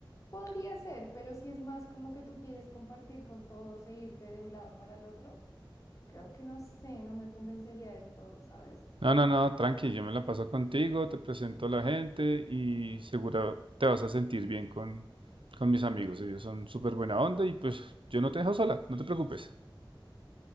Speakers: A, on the left; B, on the right.
A: podría ser, pero si es más como que tú quieres compartir con todos e irte de un lado para el otro, creo que no sé, no me convencería del todo, ¿sabes?
B: No, no, no, tranqui, yo me la paso contigo, te presento a la gente y segura te vas a sentir bien con, con mis amigos, ellos son súper buena onda y pues yo no te dejo sola, no te preocupes.